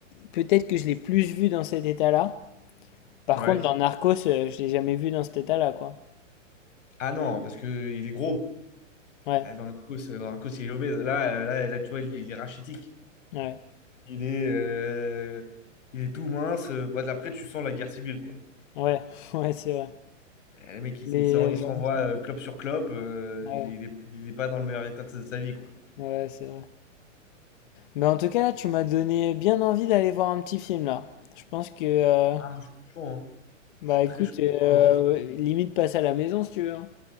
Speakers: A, on the left (about 40°); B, on the left (about 70°).
A: peut-être que je l'ai plus vu dans cet état-là. Par
B: Ouais.
A: contre, dans Narcos, euh, je l'ai jamais vu dans cet état-là, quoi.
B: Ah non, parce qu'il est gros.
A: Ouais,
B: Ah, Dans Narcos, dans Narcos, il est obèse. Là, euh, là, là, tu vois, il, il est rachitique.
A: ouais,
B: Il est, euh, il est tout mince. Bah, après, tu sens la guerre civile, quoi.
A: ouais, <laughs> ouais, c'est vrai.
B: Et le mec, il,
A: Mais,
B: il s'en- il s'envoie
A: euh,
B: euh, clope sur clope. euh,
A: ouais,
B: il est, il est pas dans le meilleur état de sa, de sa vie, quoi.
A: ouais, c'est vrai. Mais en tout cas, là, tu m'as donné bien envie d'aller voir un petit film, là. Je pense que, euh,
B: Ah, moi, je suis chaud, hein.
A: bah
B: Je suis très
A: écoute,
B: chaud
A: euh,
B: pour un petit film.
A: limite passe à la maison si tu veux. hein.